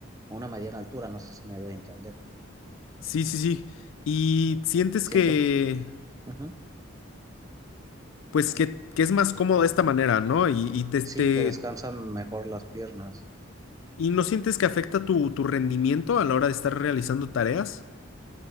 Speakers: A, on the right; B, on the left.
A: una mediana altura, no sé si me doy a entender.
B: Sí, sí, sí. Y sientes
A: Siento
B: que,
A: que... ujú.
B: pues que, que es más cómodo de esta manera, ¿no? Y, y te,
A: Sí,
B: te-
A: que descansan mejor las piernas.
B: ¿y no sientes que afecta tu, tu rendimiento a la hora de estar realizando tareas?